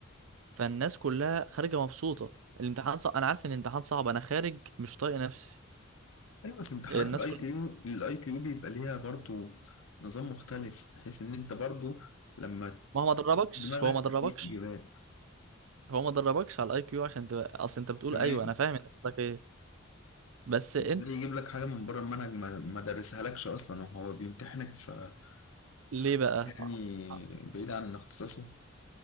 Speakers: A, on the right; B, on the left.
A: فالناس كلها خارجة مبسوطة الامتحان صعب انا عارف ان الامتحان صعب انا خارج مش طايق نفسي
B: أيوة بس امتحانات
A: الناس
B: الأي
A: كل
B: كيو الأي كيو بيبقى ليها برضو نظام مختلف بحيث إن أنت برضو لما
A: ما هو ما دربكش
B: دماغك
A: هو ما دربكش
B: تديك إجابات
A: هو ما دربكش على الاي كيو عشان تبقى اصل انت بتقول
B: تمام
A: ايوه انا فاهم انت قصدك ايه بس انت
B: ليه يجيب لك حاجة من بره المنهج ما ما درسهالكش أصلا وهو بيمتحنك في في
A: ليه
B: حاجة
A: بقى
B: يعني
A: ع-
B: بعيد عن اختصاصه